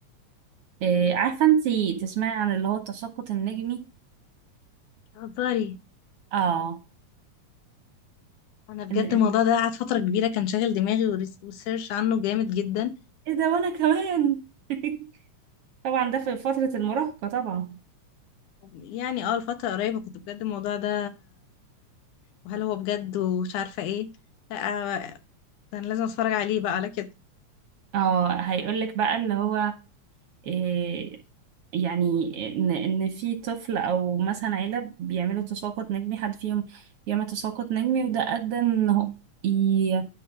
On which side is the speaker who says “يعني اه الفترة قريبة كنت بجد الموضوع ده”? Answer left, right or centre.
Left